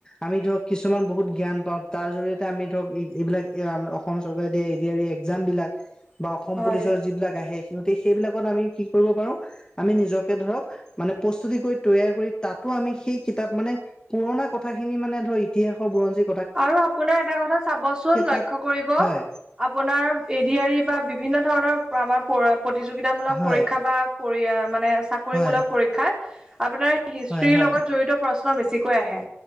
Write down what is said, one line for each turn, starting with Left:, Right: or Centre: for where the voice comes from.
Left: আমি ধৰক, কিছুমান বহুত জ্ঞান পাওঁ। তাৰ জৰিয়তে, আমি ধৰক, এইবিলাক, এ অসম চৰকাৰে দিয়া, এ ডি এৰি একজামবিলাক বা অসম
Right: হয়
Left: পুলিচৰ, যিবিলাক আহে। গতিকে, সেইবিলাকত আমি, কি কৰিব পাৰোঁ, আমি নিজকে, ধৰক মানে, প্ৰস্তুতি কৰি, তৈয়াৰ কৰি, তাতো আমি, সেই কিতাপ মানে, পুৰণা কথা খিনি মানে, ধৰ ইতিহাসৰ বুৰঞ্জী
Right: আৰু আপোনাৰ, এটা কথা চাবচোন? লক্ষ্য
Left: তাত
Right: কৰিব।
Left: হয়
Right: আপোনাৰ, এ ডি এৰি বা বিভিন্ন ধৰণৰ, আমাৰ প্ৰতিযোগিতামূলক
Left: হয়
Right: পৰীক্ষা বা পৰি মানে, চাকৰি
Left: হয়
Right: মূলক পৰীক্ষাত, আপোনাৰ হিষ্ট্ৰীৰ
Left: হয় হয়
Right: লগত জড়িত প্ৰশ্ন বেছিকৈ আহে।